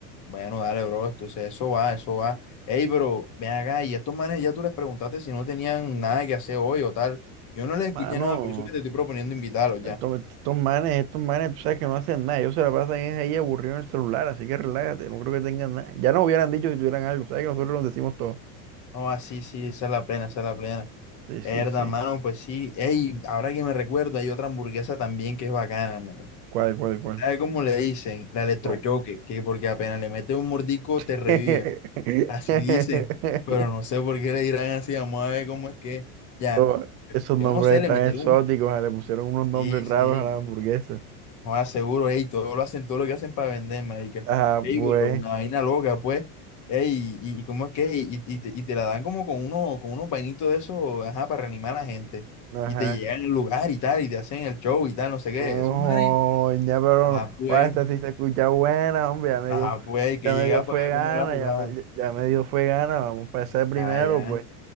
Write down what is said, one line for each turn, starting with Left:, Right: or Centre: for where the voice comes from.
Left: Bueno, dale, bro, entonces eso va, eso va. Ey, pero ven acá, y a estos manes ya tú les preguntaste si no tenían nada que hacer hoy o tal. Yo no les
Right: Mano,
Left: escuché nada, por eso que te estoy proponiendo invitarlos ya.
Right: estos, estos manes, estos manes, tú sabes que no hacen nada. Ellos se la pasan es ahí aburridos en el celular, así que relájate, no creo que tengan nada. Ya nos hubieran dicho si tuvieran algo, sabes que nosotros los decimos todo.
Left: oh ah, sí, sí, esa es la plena, esa es la plena.
Right: Sí, sí,
Left: Herda,
Right: sí.
Left: mano, pues sí. Ey, ahora que me recuerdo, hay otra hamburguesa también que es bacana, man.
Right: ¿Cuál, cuál, cuál?
Left: ¿Sabe cómo le dicen? La electrochoque,
Right: ¿Cómo?
Left: que porque apenas le meten un mordico te
Right: <laughs>
Left: revive. Así dicen, pero no sé por qué le dirán así, vamos a ver cómo es que. Ya,
Right: Oh, esos
Left: yo
Right: nombres
Left: no sé, le
Right: tan
Left: metieron
Right: exóticos,
Left: un.
Right: ah, le pusieron unos nombres
Left: Sí,
Right: raros
Left: sí,
Right: a la hamburguesa.
Left: no aseguro, ey, todo lo hacen, todo lo que hacen para vender, marica.
Right: Ajá,
Left: Ey,
Right: pues,
Left: pero una vaina loca, pues. Ey, y, y cómo es que, y, y te, y te la dan como con uno, con unos vainitos de esos, ajá, para reanimar a la gente.
Right: ajá.
Left: Y te llegan al lugar y tal, y te hacen el show y tal, no sé qué.
Right: No,
Left: Esos manes,
Right: ya, pero
Left: ajá,
Right: no.
Left: pues.
Right: Oye, esta sí se escucha buena, hombre, ya me
Left: Ah,
Right: dio,
Left: pues hay que
Right: ya
Left: llegar
Right: me dio fue
Left: para ver
Right: gana,
Left: cómo es la jugada.
Right: ya me, ya, ya me dio fue gana, vamos para ese primero,
Left: Ah, ya.
Right: pues.